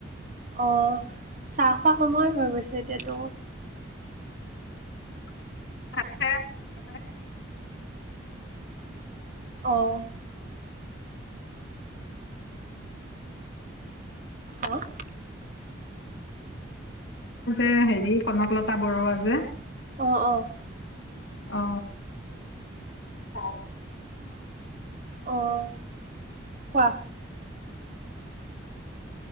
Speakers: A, on the right; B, on the left.
A: আহ চাহ খোৱা সময় হৈ গৈছে এতিয়াতো
B: <inaudible>
A: অহ অহ
B: যে হেৰি কনকলতা বৰুৱা যে
A: অঁ অঁ
B: অ হয়
A: অঁ কোৱা